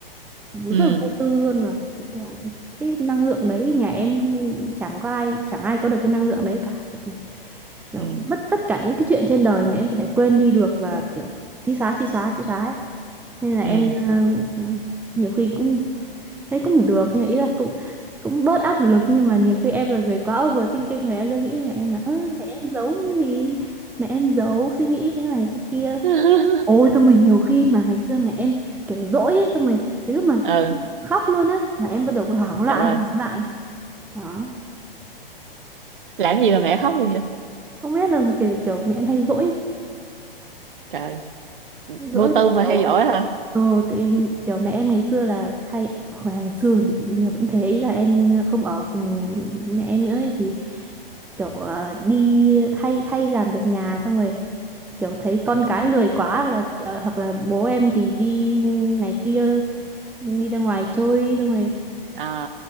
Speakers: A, in the centre; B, on the right.
A: rất
B: ừ
A: là vô tư luôn và kiểu cái năng lượng đấy nhà em chẳng có ai chẳng ai có được cái năng lượng đấy cả tại vì kiểu
B: ừ
A: mất tất cả những cái chuyện trên đời mà em có thể quên đi được và kiểu xí xóa xí xóa xí xóa ấy. nên là
B: ừ
A: em ờ, nhiều khi cũng thấy cũng được nhưng ý là cũng cũng bớt áp lực nhưng mà nhiều khi em là người quá overthinking rồi em ra nghĩ mà em là ơ mẹ em giấu cái gì mẹ em giấu suy nghĩ cái này cái kia
B: <laughs>
A: ôi xong rồi nhiều khi mà ngày xưa mẹ em kiểu dỗi ấy xong rồi đến lúc mà
B: ừ
A: khóc luôn á là em bắt đầu hoảng loạn
B: trời ơi
A: hoảng loạn đó
B: làm gì mà mẹ khóc luôn vậy
A: không biết là kiểu kiểu mẹ em hay dỗi
B: trời
A: dỗi
B: vô tư
A: vì
B: mà
A: kiểu
B: theo dõi hả
A: ừ, thì kiểu mẹ em ngày xưa là hay hoặc là ngày xưa thì bây giờ vẫn thế ý là em không ở cùng mẹ em nữa ấy, thì kiểu ờ, đi hay hay làm việc nhà xong rồi kiểu thấy con cái lười quá hoặc là ờ, hoặc là bố em thì đi này kia đi ra ngoài chơi xong rồi
B: à